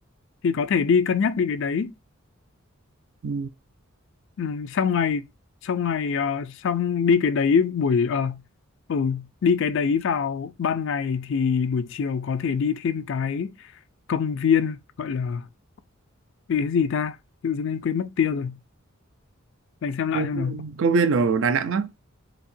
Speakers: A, on the left; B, on the right.
A: thì có thể đi cân nhắc đi cái đấy
B: ừ,
A: ừ. xong ngày xong ngày ờ, xong đi cái đấy buổi ờ, ừ đi cái đấy vào ban ngày thì buổi chiều có thể đi thêm cái công viên gọi là cái gì ta tự dưng anh quên mất tiêu rồi để anh xem lại
B: công
A: xem
B: viên
A: nào.
B: công viên ở Đà Nẵng á